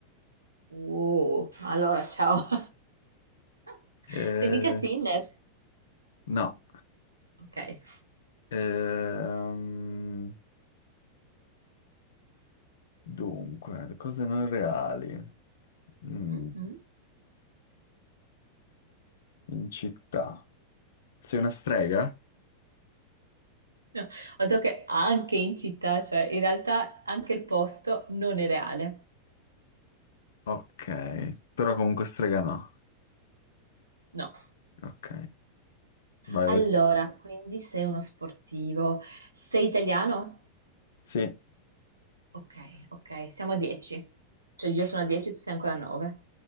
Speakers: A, on the right; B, on the left.
A: Uh, allora, ciao. <laughs>
B: eh,
A: Sei mica Tinder?
B: no.
A: Ok.
B: Ehm, dunque, le cose non reali. Mm,
A: Mm-mm.
B: in città. Sei una strega?
A: No, Ho detto che anche in città, cioè in realtà anche il posto non è reale.
B: Ok, però comunque strega no.
A: No.
B: Ok, vai,
A: Allora,
B: vai tu.
A: quindi sei uno sportivo. Sei italiano?
B: Sì.
A: Ok, ok, siamo a 10. Cioè io sono a 10, tu sei ancora a 9.